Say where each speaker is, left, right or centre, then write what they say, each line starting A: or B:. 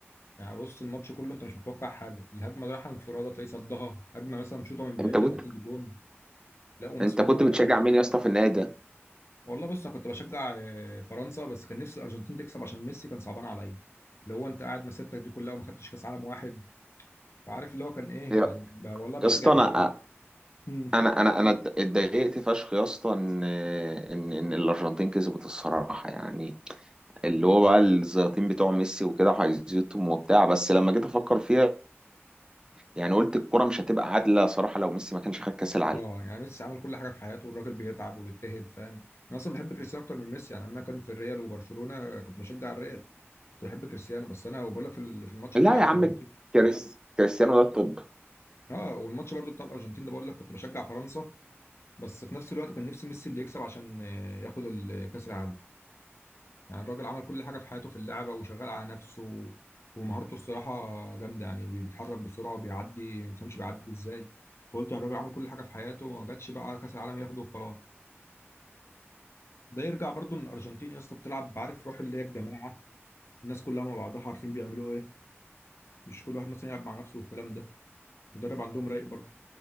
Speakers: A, on the left; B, on the right.
A: يعني بص الماتش كله انت مش متوقع حاجه الهجمه رايحه انفراده تلاقي صدها هجمه مثلا شوطه من بعيد
B: انت كنت
A: تلاقي داخل الجون لا وناس
B: انت
A: فنانه
B: كنت بتشجع
A: بقى كلها
B: مين يا اسطى في النهائي ده
A: والله بص انا كنت بشجع آه، فرنسا بس كان نفسي الارجنتين تكسب عشان ميسي كان صعبان عليا اللي هو انت قاعد مسيرتك دي كلها وما خدتش كاس عالم واحد فعارف اللي هو كان ايه
B: يا
A: يعني ب- والله بشجع
B: يا اسطى
A: بشجع
B: انا
A: مم.
B: انا انا انا اتضايقت فشخ يا اسطى ان ان ان الارجنتين كسبت الصراحه يعني اللي هو بقى الزياطين بتوع ميسي وكده هيزيطهم وبتاع بس لما جيت افكر فيها يعني قلت الكرة مش هتبقى عادلة صراحة لو ميسي ما كانش خد كأس العالم
A: اه يعني ميسي عمل كل حاجه في حياته الراجل بيتعب وبيجتهد فاهم انا اصلا بحب كريستيانو اكتر من ميسي يعني لما كان في الريال وبرشلونه كنت بشجع الريال كنت بحب كريستيانو بس انا وبقول لك في ال- في الماتش
B: لا
A: بتاع الارجنتين
B: يا عم كريس كريستيانو ده الطب
A: اه والماتش برضو بتاع الارجنتين ده بقول لك كنت بشجع فرنسا بس في نفس الوقت كان نفسي ميسي اللي يكسب عشان آه، ياخد ال- كاس العالم يعني الراجل عمل كل حاجه في حياته في اللعبه وشغال على نفسه و- ومهارته الصراحه جامده يعني بي- بيتحرك بسرعه وبيعدي ما تفهمش بيعدي ازاي فقلت يعني الراجل عمل كل حاجه في حياته ما جاتش بقى على كاس العالم ياخده وخلاص ده يرجع برضو ان الارجنتين يا اسطى بتلعب عارف روح اللي هي الجماعه الناس كلها مع بعضها عارفين بيعملوا ايه مش كل واحد مثلا يلعب مع نفسه والكلام ده مدرب عندهم رايق برضو